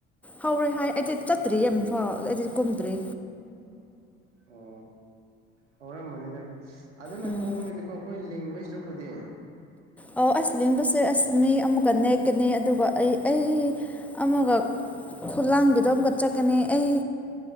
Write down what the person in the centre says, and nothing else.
ꯍꯧꯔꯦ ꯍꯥꯏ ꯑꯩꯗꯤ ꯆꯠꯇ꯭ꯔꯤꯌꯦ ꯑꯃꯐꯥꯎ ꯑꯩꯗꯤ ꯀꯨꯝꯗ꯭ꯔꯤ
ꯎꯝ
ꯑꯧ ꯑꯁ ꯂꯤꯕꯁꯦ ꯑꯁ ꯃꯤ ꯑꯃꯨꯛꯀ ꯅꯦꯛꯀꯅꯤ ꯑꯗꯨꯒ ꯑꯩ ꯑꯩ ꯑꯃꯒ ꯈꯨꯂꯥꯡꯒꯤꯗꯣ ꯑꯃꯨꯛꯀ ꯆꯠꯀꯅꯤ ꯑꯩ